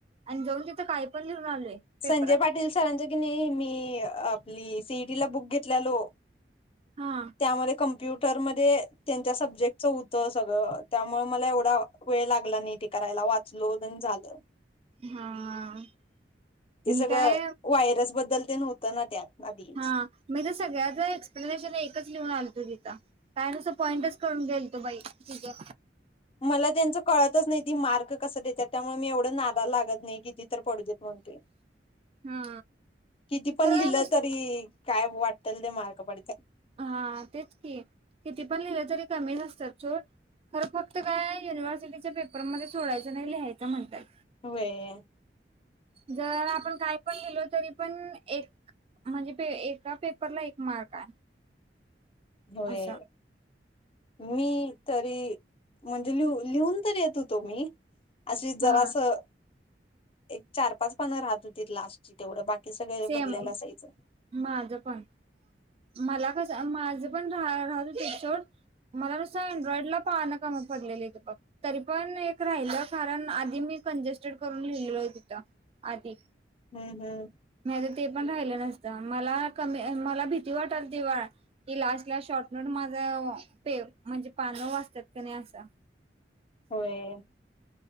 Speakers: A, on the right; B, on the left.
A: आणि जाऊन तिथं काय पण लीऊन आलोय. पेपरात.
B: संजय पाटील सरांचं की नाही मी आपली सीईटी ला बुक घेतलेलो.
A: हा!
B: त्यामध्ये कम्प्युटरमध्ये त्यांच्या सब्जेक्टच हूंतं सगळं त्यामुळे मला एवढा वेळ लागला नाही ते करायला वाचलो तेन झालं.
A: हा
B: ते
A: मी
B: सगळं
A: काय
B: व्हायरस बद्दल तेन होतं ना त्यात. आधीच
A: हा मी त सगळ्याच एक्सप्लेनेशन एकच लिहून आलतो तिथ. काय नुसं पॉईंटच करून गेलतो तो बाई ठीक हे.
B: मला त्यांचं कळतच नाही ती मार्क कस देत्यांत त्यामुळे मी एवढं नादा लागत नाही किति तर पडू देत.
A: हा
B: किती पण
A: खरं
B: लिहिलं
A: नसत
B: तरी. काय वाटेल ते मार्क पडत्यां.
A: हा तेच की किती पण लिहिलं तरी कमी नसतात छो. खरं फक्त काय युनिव्हर्सिटीच्या पेपरमध्ये सोडायंच नाही लिहायचं म्हणताय.
B: होय.
A: जर आपण काही किती पण लिहिलं तरी पण एक, म्हणजे ते एका पेपरला एक मार्क आहे.
B: होय.
A: असं
B: मी तरी म्हणजे लिह -लिहून तरी येत होतो मी. अशी जरासं,
A: हा
B: एक चार पाच पानं राहत होती. लास्टची तेवढं बाकी कि सगळ्यांनी
A: सेम
B: भरलेला असायचं.
A: माझं पण. मला कसं माझं पण रा- राहतो सोड. मला नुसं अँड्रॉइड पाहणं कमी पडलेलीत बघ. तरी पण एक राहिलं, कारण आधी मी कंजेस्टेड करून लिहिलो तिथं. आधी.
B: हम्म, हम्म,
A: नाही तर ते पण राहिलं नसतं, मला कमी मला भीती वाटलती बघ कि लास्टला शॉर्टनोट माझा, पे म्हणजे पानं वाचतात क नाही असं.
B: होय.